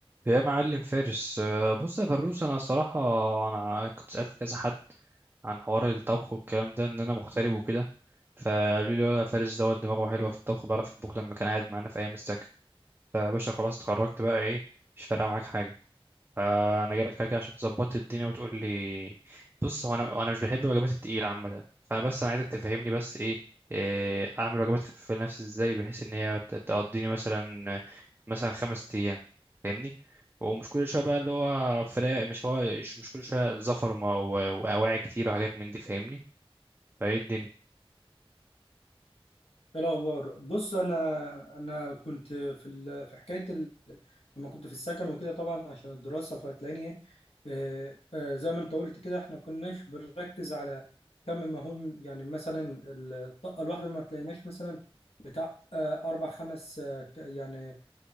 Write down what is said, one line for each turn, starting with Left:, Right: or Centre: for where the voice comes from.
Right: يا معلم فارس آه، بص يا فروس انا الصراحه انا كنت سالت كذا حد عن حوار الطبخ والكلام ده ان انا مغترب وكده فقالوا لي لا فارس دوت دماغه حلوه في الطبخ بيعرف يطبخ لما كان قاعد معانا في ايام السكن فيا باشا خلاص اتخرجت بقى ايه مش فارقه معاك حاجه فانا جايلك كده كده عشان تظبط الدنيا وتقول لي بص هو انا انا مش بحب الوجبات التقيله عامه فانا بس انا عايزك تفهمني بس ايه, إيه اعمل وجبات خفيفه لنفسي ازاي بحيث ان هي ت- تقضيني مثلا مثلا خمس ايام فاهمني ومش كل شويه بقى اللي هو فراق مش هو مش مش كل شويه زفر وما- و- واواعي كتير وحاجات من دي فاهمني فايه الدنيا
Left: إيه الأخبار بص أنا أنا كنت في ال... في حكاية ال... لما كنت في السكن وكده طبعا عشان الدراسة فهتلاقيني إيه آه، آه، زي ما أنت قلت كده إحنا كناش بنركز على كم مهول يعني مثلا الطاقة الواحدة ما تلاقيناش مثلا بتاع آه، أربع خمس آه، ك- يعني